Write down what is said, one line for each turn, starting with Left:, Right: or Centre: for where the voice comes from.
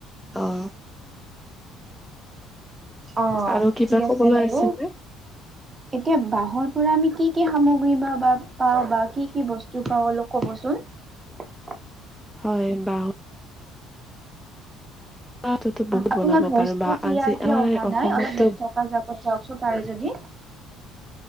Centre: অ'
Right: অ'
Centre: আৰু কিবা
Right: ঠিক আছে
Centre: কবলৈ
Right: বাৰু
Centre: নে?
Right: এতিয়া বাহৰ ধৰ আমি কি কি সামগ্ৰী বা বা পাওঁ বা কি কি বস্তু পাওঁ অলপ ক'বচোন <unintelligible>
Centre: হয়, বাহৰ বাঁহৰতো বহুত
Right: আপোনাৰ
Centre: বনাব
Right: ভইচটো
Centre: পাৰো বা
Right: ক্লিয়াৰ
Centre: আজি আমাৰ
Right: কে অহা নাই
Centre: অসমতো
Right: অলপ নেটৱৰ্ক জেগাত প জাওকচোন পাৰে যদি।